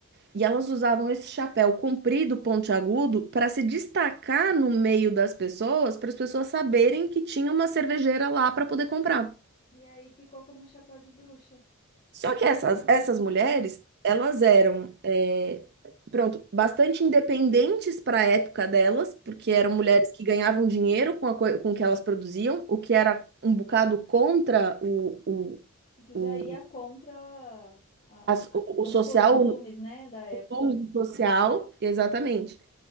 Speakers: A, on the right; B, on the left.
A: e elas usavam esse chapéu comprido, pontiagudo, para se destacar no meio das pessoas, para as pessoas saberem que tinha uma cervejeira lá para poder comprar.
B: E aí ficou como chapéu de bruxa.
A: Só que essas, essas mulheres,
B: Hum,
A: elas eram, é, pronto, bastante independentes para a época delas, porque
B: Sim,
A: eram mulheres que ganhavam dinheiro com, a, coi- com o que elas produziam, o que era um bocado contra o, o,
B: o que
A: o,
B: já ia contra a- a-
A: a so- o
B: a-
A: social,
B: os costumes, né, da época.
A: o uso social, exatamente.